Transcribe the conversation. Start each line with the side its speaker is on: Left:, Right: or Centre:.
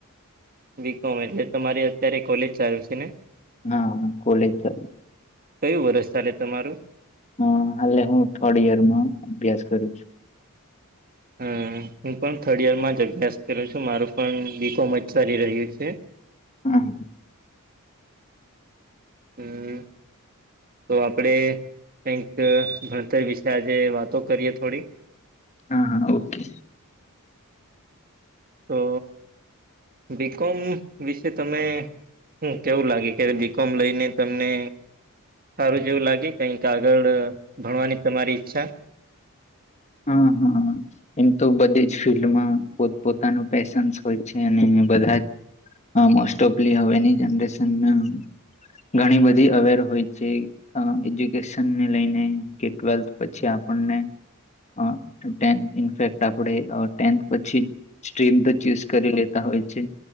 Right: બી કોમ એટલે તમારી અત્યારે કોલેજ ચાલુ છે ને?
Left: હા, હું કોલેજ <unintelligible>
Right: કયું વરસ ચાલે તમારું?
Left: અહ હાલે હું થર્ડ યર માં અભ્યાસ કરું છું.
Right: હમ્મ. હું પણ થર્ડ યરમાં જ અભ્યાસ કરું છું, મારું પણ બી કોમ જ ચાલી રહ્યું છે.
Left: <inaudible>
Right: હમ્મ. તો આપડે કંઈક ભણતર વિશે આજે વાતો કરીએ થોડી.
Left: હા, હા ઓકે.
Right: તો બી કોમ વિશે તમે હમ્મ. કેવું લાગે ક્યારે બી કોમ લઈને તમને સારું જેવું લાગે કંઈક આગળ ભણવાની તમારી ઈચ્છા?
Left: હા, હા. એમ તો બધે જ ફિલ્ડમાં પોતપોતાનું પેશન્સ હોય છે, અને બધા જ અહ મોસ્ટ ઓફલી હવેની જનરેશનના ઘણી બધી અવેર હોય છે એ અહ એજ્યુકેશન ને લઈને, કે ટ્વેલ્થ પછી આપણને અહ ટેન્થ ઇનફેક્ટ આપણે ટેન્થ પછી સ્ટ્રીમ તો ચૂઝ કરી લેતા હોય છે